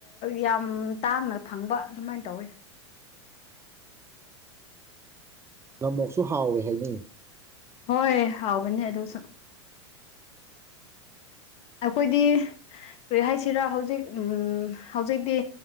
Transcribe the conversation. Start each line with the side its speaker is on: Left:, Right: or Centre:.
Left: ꯌꯥꯝ ꯇꯥꯡꯅ ꯐꯪꯕ ꯑꯗꯨꯃꯥꯏꯅ ꯇꯧꯋꯤ
Right: ꯅꯃꯣꯛꯁꯨ ꯍꯥꯎꯏꯦ ꯍꯥꯏꯅꯩ
Left: ꯍꯣꯏ ꯍꯥꯎꯕꯅꯦ ꯑꯗꯨꯁꯨ ꯑꯩꯈꯣꯏꯗꯤ ꯀꯔꯤ ꯍꯥꯏꯁꯤꯔꯥ ꯍꯧꯖꯤꯛ ꯍꯧꯖꯤꯛꯇꯤ